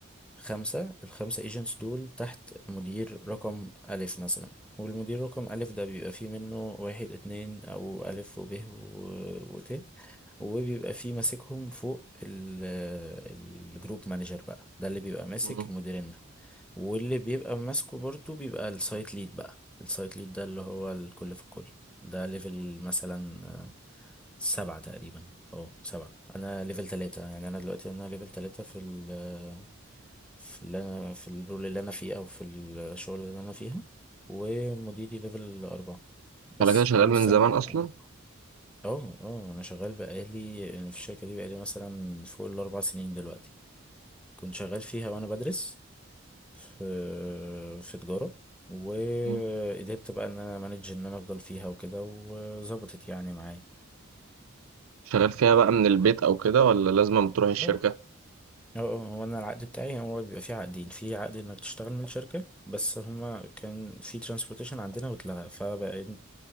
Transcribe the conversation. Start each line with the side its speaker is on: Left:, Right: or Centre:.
Centre: خمسة الخمسة ايجنتس دول تحت مدير رقم ألف مثلا والمدير رقم ألف ده بيبقى فيه منه واحد اتنين أو ألف وب و... وت وبيبقى فيه ماسكهم فوق ال... الجروب مانجر بقى ده اللي بيبقى ماسك
Right: مم.
Centre: المديرين واللي بيبقى ماسكه برضو بيبقى السايت ليد بقى السايت ليد ده اللي هو الكل في الكل ده ليفل مثلا آه، سبعة تقريبا اه سبعة انا ليفل تلاتة يعني انا دلوقتي انا ليفل تلاتة في ال آه، في اللي انا في الرول اللي انا فيه او في الشغل اللي انا فيها ومديري ليفل اربعة بس
Right: على كده شغال
Centre: فانا
Right: من
Centre: مستني
Right: زمان
Centre: بقى
Right: اصلا
Centre: اه اه انا شغال بقالي يعني في الشركة دي بقالي مثلا فوق الاربع سنين دلوقتي كنت شغال فيها وانا بدرس في في تجارة وقدرت
Right: مم.
Centre: بقى ان انا مانج ان انا افضل فيها وكده وظبطت يعني معايا
Right: شغال فيها بقى من البيت او كده ولا لازم تروح الشركة
Centre: اه اه اه هو انا العقد بتاعي هو بيبقى فيه عقدين في عقد انك تشتغل من شركة بس هما كان في ترانسبورتيشن عندنا واتلغى فبقيت